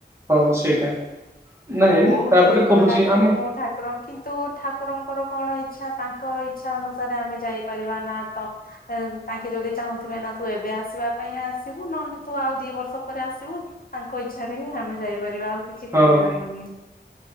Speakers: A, on the right; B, on the left.
A: ହଁ ସେଇଟା। ନାଇଁ
B: ବୋହୁତ୍
A: ତାପରେ କହୁଛି
B: ଡାକେ
A: ଆମ
B: ମୁଁ ଠାକୁର କିନ୍ତୁ ଠାକୁରଙ୍କର କଣ ଇଚ୍ଛା ତାଙ୍କ ଇଚ୍ଛା ଅନୁସାରେ ଆମେ ଯାଇପାରିବା ନା ତ ତାଙ୍କେ ଯୋଦି ଚାହୁଁଥିବେ ନା ତୁ ଏବେ ଆସିବା ପାଇଁ ଆସିବୁ, ନହେଲେ ତୁ ଆଉ ଦି ବର୍ଷ ପରେ ଆସିବୁ। ତାଙ୍କ ଇଚ୍ଛାରେ ହିଁ ଆମେ ଯାଇପାରିବା ଆଉ କିଛି
A: ହଁ
B: କରିହବନି।